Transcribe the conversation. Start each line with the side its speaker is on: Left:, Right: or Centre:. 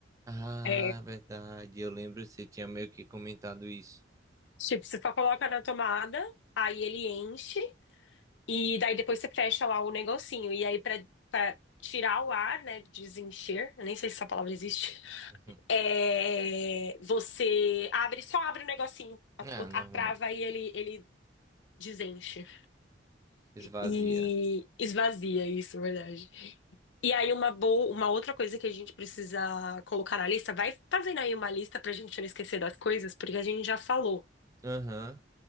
Right: Ah,
Left: É,
Right: é verdade. Eu lembro que você tinha meio que comentado isso.
Left: tipo, você só coloca na tomada, aí ele enche. E daí depois você fecha lá o negocinho. E aí, pra, pra tirar o ar, né? Desencher, eu nem sei se essa palavra existe.
Right: <laughs>
Left: É, você abre, só abre o negocinho, a,
Right: Uhum. Ah,
Left: o-
Right: normal.
Left: a trava e ele, ele desenche.
Right: Esvazia.
Left: E esvazia isso, na verdade. E aí, uma boa, uma outra coisa que a gente precisa colocar na lista, vai fazendo aí uma lista pra gente não esquecer das coisas, porque a gente já falou.
Right: Aham.